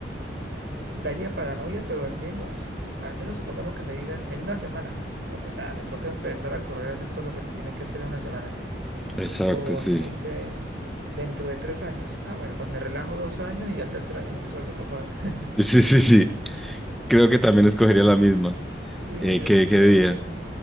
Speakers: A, on the right (about 70°); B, in the centre.
A: daría paranoia, pero al menos, al menos supongamos que me digan en una semana. No, pues nada, me toca empezar a correr a hacer todo lo que tenga que hacer en una semana.
B: Exacto,
A: O
B: sí.
A: si me dicen dentro de tres años, ah, bueno, pues me relajo dos años y al tercer año me empiezo a preocupar. <laughs>
B: Sí, sí, sí, sí. Creo que también escogería la misma.
A: Sí, definitivamente.
B: Eh, ¿qué, qué día?